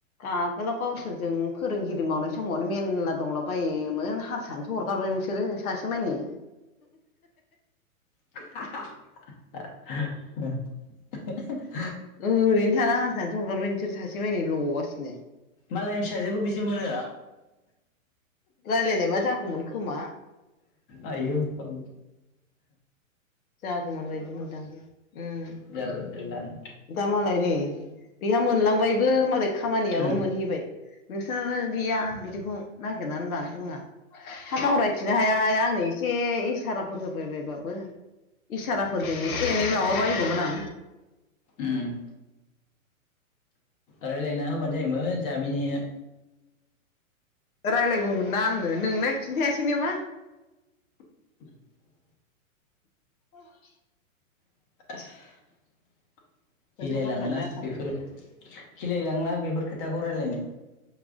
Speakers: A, on the left; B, on the left.
A: आगोलाव गावसोरजों फोरोंगिरि मावनाय समावनो मेरला दंला बायोमोन हारसानोसो हरगारबाय नों सोरो सासे मानि
B: <unintelligible>
A: ओरैनो थाना हारसानोसो हरगारबाय नोंसोर सासे मानि ल'गासिनो
B: मालायनि फिसाजोखौ बिदि मोनो?
A: राय्लायनायबा जागौमोन खोमा
B: आयौ औ
A: जागौमोन बायदि मोनदां ओम
B: जारला जारलानो
A: दा मालाय नै बेहा मोनलांबायबो मालाय खामानियाबो
B: ओं
A: मोनहैबाय नोंसोरनालाय‌ गैया बिदिखौ नागिरनानै लानो रोङा हा गाव रायथिनो हाया हाया‌ आंनो एसे इसाराफोर होबायबायबाबो इसाराफोरजों एसे एनै माबाबायगौमोन आं
B: ओम‌ राय्लायना होबानो जायोमोन जामिनिनो
A: रायलायगौमोन ना आङो नोंना खिन्थायासै नोबा‌ न
B: <unintelligible>
A: <unintelligible>
B: <unintelligible>
A: खोन्थाबायबानो
B: गिलायलाङोना
A: जाथारमोन
B: बेफोर गिलायलांङोलां बेफोर खोथाखौ रायलायनो।